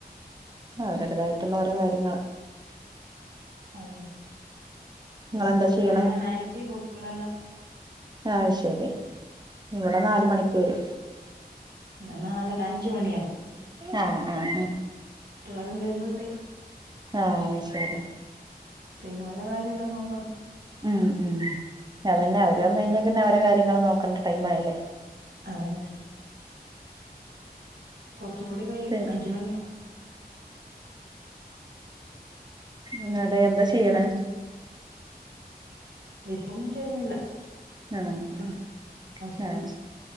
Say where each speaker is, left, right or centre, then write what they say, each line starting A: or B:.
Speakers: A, on the right; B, on the right.
A: അവരുടേതായിട്ടുള്ള ഓരോ കാര്യങ്ങൾ
B: അതന്നെ
A: നിങ്ങളെന്താ
B: സ്കൂളിട്ട്
A: ചെയ്യണേ
B: വരാനായിട്ടി കുട്ടികളെല്ലാം
A: അഹ് ശരി ഇവിടെ നാല് മണിക്ക് വരും
B: ടെ നാലര അഞ് ച് മണിയാവും
A: ആഹ് ആഹ്
B: കുട്ടികൾ എല്ലാം വരുമ്പോഴത്തേക്ക്
A: ആഹ ശരി
B: പിന്നെ ഓല കാര്യല്ല നോക്കണം
A: ഉം ഉം അതന്നെ അവര് വന്ന കഴിഞ്ഞാ പിന്നെ അവരെ കാര്യങ്ങൾ നോക്കേണ്ട ടൈം ആയില്ലേ
B: അതന്നെ കുറച്ച കൂടി കഴും
A: പി
B: അഞ്ച് മണിയാവും
A: എന്നട എന്താ ചെയ്യണ
B: ഇപ്പൊന്നും ചെയ്യുന്നില്ല
A: ആഹ അ
B: തന്നെ ഹൗസ് വൈഫ്
A: ശരി